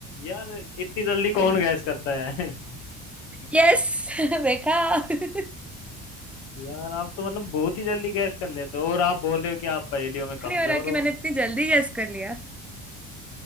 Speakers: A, on the left; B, in the centre.
A: यार इतनी जल्दी
B: अरे,
A: कौन गैस करता है <laughs>
B: यस <laughs> देखा <laughs>
A: यार आप तो मतलब बहुत ही जल्दी गैस कर लेते हो और आप बोल रहे हो कि आप पहेलियों में कमजोर
B: नहीं हो रहा कि
A: हो
B: मैंने इतनी जल्दी गेस कर लिया